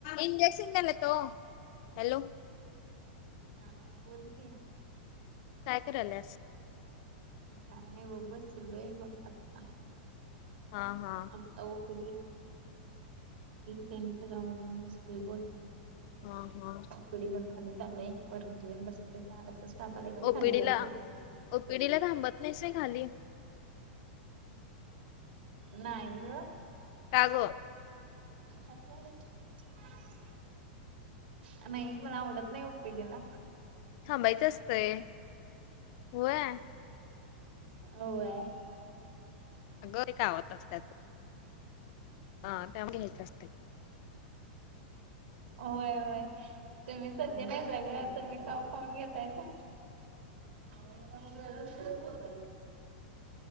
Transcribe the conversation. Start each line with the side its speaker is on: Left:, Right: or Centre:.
Left: इंजेक्शनेतो hello <unintelligible>
Right: हा बोलकी
Left: काय कराल्यास?
Right: का नाही बसुलय बघ आता.
Left: हा हा.
Right: आता <unintelligible> त्यांचं गाव बंद असतय बोल.
Left: हा हा.
Right: कडी <unintelligible> वरती येऊन बसले. बाराचा स्टाफ आला की,
Left: ओपीडीला
Right: खाली जातोय.
Left: ओपीडीला <unintelligible>
Right: नाही ग.
Left: का
Right: <unintelligible>
Left: ग
Right: अ <unintelligible> अ नाई मला आवडत नाही ओ पी डी ला.
Left: थांबायचं असतय होय.
Right: <unintelligible>
Left: आग ये कावत असत्यात. हा त्या मध्ये घ्यायचं असतंय.
Right: होय होय तुम्ही सज्जन हायसा ग तुम्ही काव खाऊन घेतायसा र ब <unintelligible>